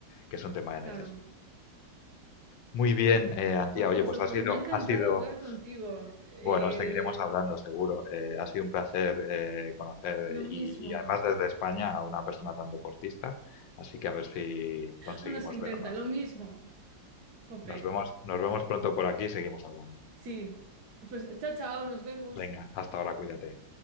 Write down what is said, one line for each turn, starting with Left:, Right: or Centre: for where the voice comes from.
Left: que es un tema de necesidad.
Right: claro.
Left: Muy bien, eh, Antía.
Right: Ojo, Alfonso,
Left: Oye, pues ha
Right: pues
Left: sido,
Right: me ha encantado
Left: ha sido
Right: hablar contigo. Eh,
Left: bueno, seguiremos hablando, seguro. Eh, ha sido un placer eh, conocer
Right: lo mismo.
Left: y, y además desde España a una persona tan deportista, así que a ver si conseguimos
Right: Bueno, se intenta,
Left: vernos.
Right: lo mismo. Jope.
Left: Nos vemos, nos vemos pronto por aquí y seguimos hablando.
Right: Sí. Pues chao, chao, nos vemos.
Left: Venga, hasta ahora, cuídate.